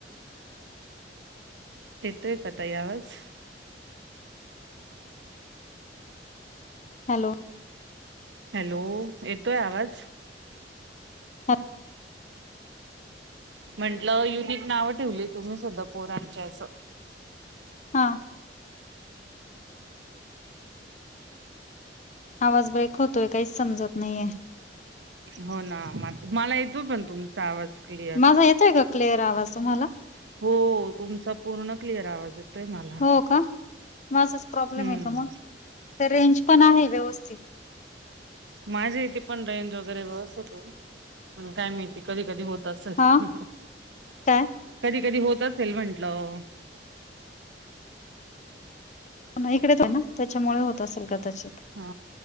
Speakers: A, on the right; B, on the left.
A: येतोय का ताई आवाज.
B: हॅलो!
A: हॅलो येतोय आवाज.
B: हा
A: म्हंटलं युनिक नावं ठेवली तुम्ही सुद्धा पोरांच्या असं
B: हा आवाज ब्रेक होतोय काहीच समजत नाहीे.
A: हो ना म मला येतो पण तुमचा आवाज क्लिअर.
B: हा येतोय का. क्लिअर आवाज तुम्हाला.
A: हो तुमचा पूर्ण क्लिअर आवाज येतोय मला.
B: हो का म असाच प्रॉब्लेम
A: हम्म
B: आहे. का मग रेंज पण आहे व्यवस्थित
A: माझे इथे पण रेंज वगैरे व्यवस्थितेत आहे पण काय माहिती कधी कधी हो तस <unintelligible>
B: हा काय
A: कधी कधी होत असेल म्हंटलं
B: इकडेच आहे ना त्याच्यामुळे होत असेल कदाच
A: हा